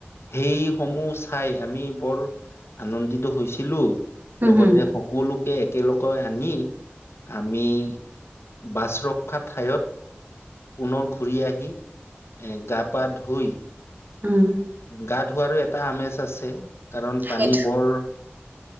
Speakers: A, on the left; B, on the right.
A: সেই সমূহ চাই আমি বৰ আনন্দিত হৈছিলো
B: উম
A: লগতে
B: হুম
A: লোকে একেলকৈ আনি আমি বাছ ৰখা ঠাইয়ত পুনৰ ঘূৰি আহি এ গা পা ধুই
B: উম
A: গা ধোৱাৰো এটা আমেজ আছে কাৰণ পানী
B: সেইটো
A: বৰ